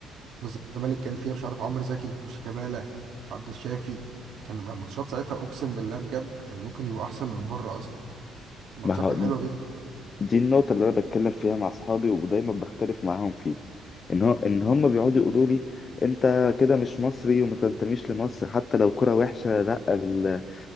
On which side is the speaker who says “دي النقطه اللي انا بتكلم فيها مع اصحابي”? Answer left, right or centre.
Left